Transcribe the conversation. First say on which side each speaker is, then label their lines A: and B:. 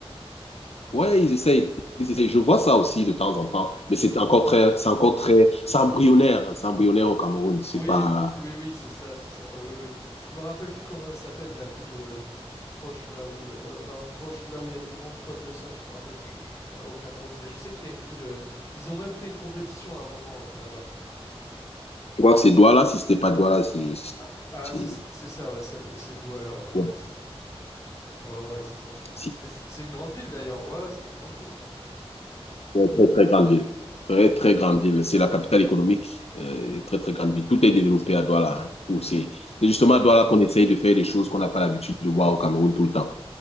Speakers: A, on the left (about 75°); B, on the left (about 30°).
A: Ouais, ils essayent. Ils essayent. Je vois ça aussi de temps en temps, mais c'est encore très, c'est encore très, c'est embryonnaire, hein. c'est embryonnaire au Cameroun. C'est
B: Oui,
A: pas,
B: ou- oui, oui, c'est ça, c'est ça. Oui, oui. Je me rappelle plus comment elle s'appelle la ville euh, proche là où, il y a- euh, enfin proche là où il y a des bons spots de surf. Je me rappelle plus euh, au Cameroun, mais je sais qu'il y a une ville. euh, ils ont même fait une compétition à un moment euh, là-bas.
A: je crois que c'est Douala. Si c'était pas Douala, c'est,
B: Ah, ah,
A: c'est,
B: c'est ça, c'est ça, ouais, ça do- c'est Douala, ouais, ouais,
A: bon,
B: ouais, c'est ça. Ouais, ouais, c'est ça.
A: c'est
B: Mais c- c'est une grande ville d'ailleurs. Ouais, ouais, c'est une grande ville ça.
A: une très, très grande ville. Très, très grande ville. C'est la capitale économique. euh, très, très grande ville. Tout est développé à Douala. hein. Tout, c'est, c'est justement à Douala qu'on essaye de faire des choses qu'on n'a pas l'habitude de voir au Cameroun tout le temps.